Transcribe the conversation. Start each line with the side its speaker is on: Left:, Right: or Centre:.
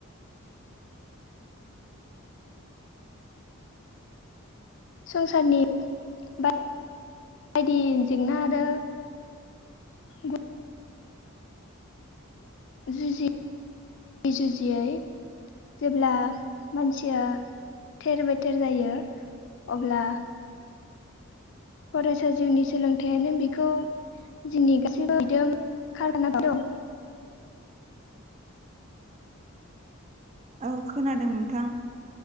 Left: संसारनि बायदि जेंना आरो ग जुजियै जुजियै जेब्ला मानसिया थेर-बेथेर जायो अब्ला फरायसा जिउनि सोलोंथायाइयानो बेखौ जोंनि गासैबो बिद खाराना दं
Right: औ खोनादों नोंथां